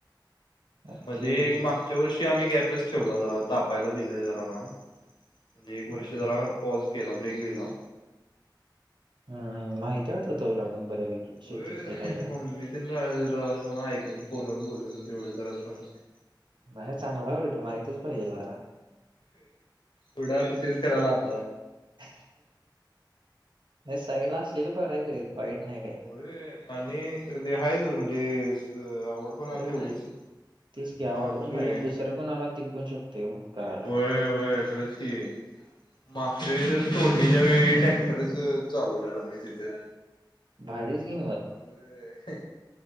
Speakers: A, on the right (about 75°); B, on the left (about 70°).
A: ओके
B: मध्ये एक मागच्या वर्षी आम्ही गॅपच ठेवला जाणार तापायला दिले जरा राण. म्हणजे एक वर्ष
A: हम्म
B: जरा पॉज केला ब्रेक दिला.
A: हम्म माहिती वाटत तो लागून बऱ्यापैकी. शेतीतलं
B: अ
A: काय काय
B: मम्मी तेन जाऊन जाऊन ऐकून फोन वर बोलून तेवढं जरा समजतंय.
A: नाही चांगला उलट माहितच पाहिजे जरा
B: पुढं त तेच करायलागणार.
A: तु साईड असलेलं बर आहे काय वाईट नाही काय.
B: होय आणि ते ह आहे म्हणजे आवड पण आहे
A: होय
B: तेवढीच.
A: तेच की आवड
B: मागचे
A: पण पाहिजे दुसऱ्या कोणाला देऊ पण शकतो ओ. करायला
B: होय वय खरंच की. मागच्या वेळी जर तोडणीच्या वेळी ट्रॅक्टरच चालवलेला आम्ही तिथे.
A: भारीच कि
B: अ